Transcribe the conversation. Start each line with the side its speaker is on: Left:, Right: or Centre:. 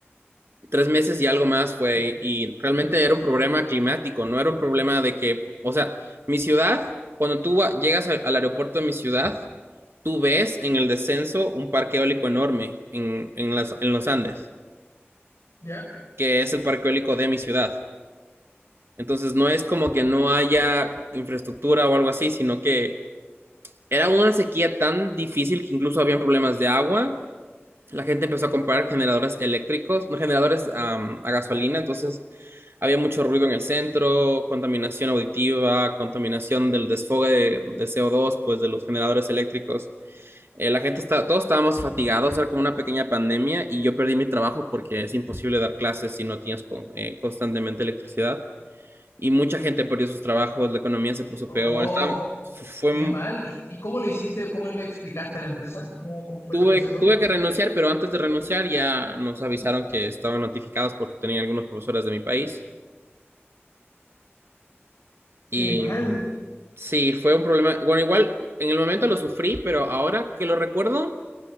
Right: tres meses y algo más fue, y realmente
Left: Oh,
Right: era un problema climático, no era un problema de que, o sea, mi ciudad, cuando tú llegas a- al aeropuerto de mi ciudad, tú ves en el descenso un parque eólico enorme en, en las, en los Andes,
Left: ¿ya?
Right: que es el parque eólico de mi ciudad. Entonces, no es como que no haya infraestructura o algo así, sino que era una sequía tan difícil que incluso habían problemas de agua la gente empezó a comprar generadores eléctricos, no generadores am, a gasolina, entonces había mucho ruido en el centro, contaminación auditiva, contaminación del desfogue de, de CO2, pues de los generadores eléctricos. Eh, la gente está, todos estábamos fatigados, era como una pequeña pandemia y yo perdí mi trabajo porque es imposible dar clases si no tienes co- eh, constantemente electricidad. Y mucha gente perdió sus trabajos, la economía se puso
Left: Oh,
Right: peor, estaba- fue
Left: qué mal. ¿Y, y cómo le hiciste, cómo le explicaste a la empresa? ¿Cómo, cómo fue
Right: Tuve,
Left: ese proceso?
Right: tuve que renunciar, pero antes de renunciar ya nos avisaron que estaban notificados porque tenían algunos profesores de mi país. Y
Left: Qué mal.
Right: sí, fue un problema. Bueno, igual en el momento lo sufrí, pero ahora que lo recuerdo,